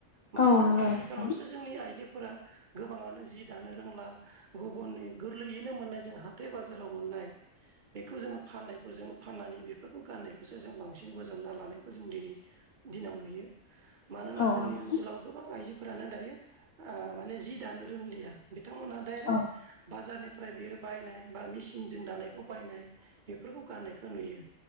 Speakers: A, on the right (about 50°); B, on the left (about 80°).
A: मानोना
B: औ नंगौ
A: आथिखालावसो
B: नोंथां
A: जोंनि आइजोफोरा गोबाङानो जि दानो रोंला गुबुननि गोरलैयैनो मोननाय जों हाथाय बाजाराव मोननाय बेखौ जोङो फाननायखौ जों फाननानै बेफोरखौ गाननायखौसो जों बांसिन बजाबना लानायखौ जों दिनै दिनाव नुयो मानोना
B: औ
A: जोंनि
B: नंगौ
A: ओनसोलाव गोबां आइजोफोरानो दायो माने जि दानो रोंलिया बिथांमोना डाइरेक्ट
B: औ
A: बाजारनिफ्राय बेयो बायनाय बा मेसिनजों दानायखौ बायनाय बेफोरखौ गाननायखौ नुयो।